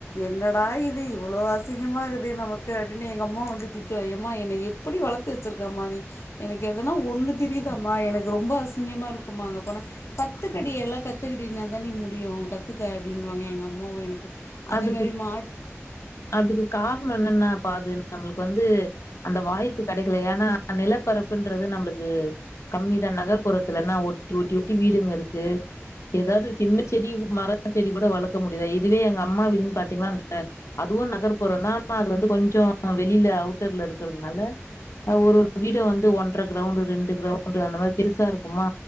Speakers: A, on the left (about 70°); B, on the left (about 85°).
A: என்ன டா இது இவ்வளோ அசிங்கமாக இருக்குது நமக்கு அப்படின்னு எங்கள் அம்மாவெ வந்து திட்டுவேன் ஏம்மா என்னை எப்படி வளர்த்து வெச்சுருக்கம்மா நீ எனக்கு எதுனா ஒன்னு தெரியுதாம்மா எனக்கு ரொம்ப அசிங்கமாக இருக்குமா அங்க போனா கத்துக்கடி எல்லாம் கத்துக்கிட்டனா தான் முடியும் கத்துக்க அப்படின்னுவாங்க எங்கள் அம்மாவும் எனக்கு அதே
B: அதுக்கு
A: மாரி மாட்
B: அதுக்கு காரணம் என்னன்னா பா அது நம்மளுக்கு வந்து அந்த வாய்ப்பு கெடைக்கல ஏன்னா நிலப்பரப்புன்றது நம்மளுக்கு கம்மிதான் நகர்ப்புறத்துலன்னா ஒட்டி ஒட்டி ஒட்டி வீடுங்க இருக்கு ஏதாவது சின்ன செடி மரம் செடி கூட வளர்க்க முடியுதா இதுவே எங்க அப் அம்மா வீடு பாத்தீங்கன்னா அந்த அதுவும் நகர்புறம் தான் ஆனா அது வந்து கொஞ்சம் வெளியில அவுட்டர்ல இருக்கிறதுனால ஒரு ஒரு வீட வந்து ஒன்ற கிரௌண்ட ரெண்டு கிரௌண்ட் அந்த மாரி பெருசா இருக்குமா